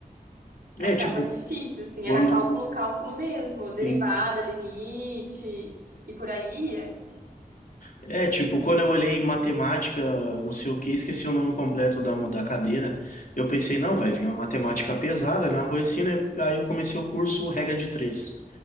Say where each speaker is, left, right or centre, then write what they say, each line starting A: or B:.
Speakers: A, on the left; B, on the right.
A: É,
B: Achava
A: tipo,
B: difícil, assim,
A: quando.
B: era cálculo, cálculo mesmo, derivada,
A: sim.
B: limite e por aí ia.
A: É, tipo, quando eu olhei matemática, não sei o que, esqueci o nome completo da, da cadeira, eu pensei, não, vai vir uma matemática pesada, né? Uma coisa assim, né? Aí eu comecei o curso regra de três,